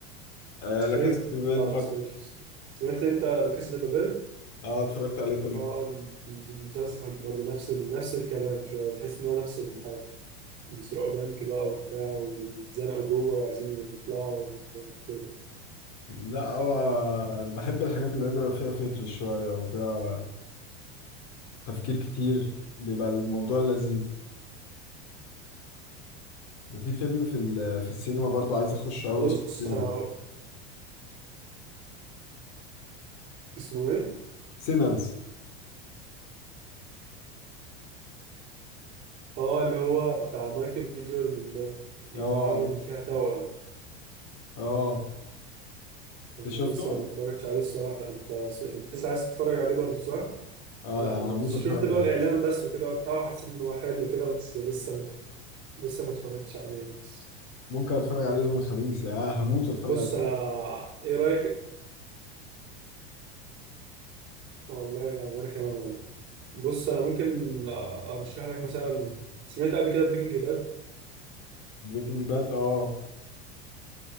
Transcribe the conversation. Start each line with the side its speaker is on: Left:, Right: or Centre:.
Left: آه
Right: سكيب
Left: لا كاسا دي بيل
Right: لا
Left: برضه
Right: ما سمعتش سكيب سمعت أنت لا كاسا دي بابل؟
Left: اه اتفرجت عليه كله
Right: اه المسلسل برضه نفس ال- نفس الكلام شوية تحس إن هو نفس الحاجة بيسرقوا بنك بقى وبتاع واتزنقوا جوه وعايزين يطلعوا وكده
Left: لا هو بحب الحاجات اللي بيبقى فيها فكر شوية وفيها تفكير كتير بيبقى الموضوع لذيذ وفي فيلم في ال- في السينما برضو عايز اخش قوي
Right: بص
Left: اسمه سينرز
Right: أنا اسمه إيه؟
Left: سينرز
Right: اه اللي هو بتاع مايكل بي جوردن ده اللي
Left: اه
Right: هو عامل فيها توأم
Left: اه انت
Right: أنا
Left: شفته؟
Right: لسه ما اتفرجتش عليه الصراحة أنت س- لسه عايز تتفرج عليه برضه صح؟
Left: اه
Right: لا
Left: أنا
Right: أنا
Left: هموت
Right: شفت
Left: واتفرج
Right: اللي
Left: عليه
Right: هو الإعلان بس وكده وبتاع وحسيت إن هو حلو كده بس لسه ما لسه ما اتفرجتش عليه بس
Left: ممكن اتفرج عليه يوم الخميس اه هموت واتفرج
Right: بص
Left: عليه
Right: انا ايه رايك والله انا وانا كمان والله بص انا ممكن ارشح لك مثلا سمعت قبل كده بريكنج باد
Left: بريكنج باد اه